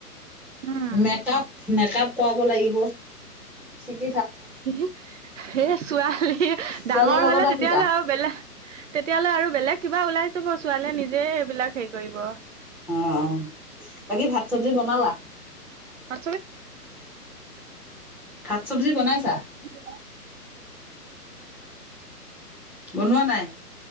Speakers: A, on the right; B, in the centre.
A: উম
B: মেকপ মেকপ কৰাব লাগিব চিট।
A: স ছোৱালী
B: ছোৱালীৰ
A: ডাঙৰ
B: লগতে
A: হলে তেতিয়াহ'লে
B: শিকা।
A: আৰু বেলেগ তেতিয়াহ'লে আৰু বেলেগ কিবা ওলাই যাব ছোৱালীয়ে নিজে এইবিলাক হেৰি কৰিব।
B: আহ বাকী ভাত চব্জি বনালা?
A: মে
B: ভাত
A: মানে
B: চব্জি
A: অসমীয়া।
B: বনাইছা?
A: ন
B: বনোৱা নাই।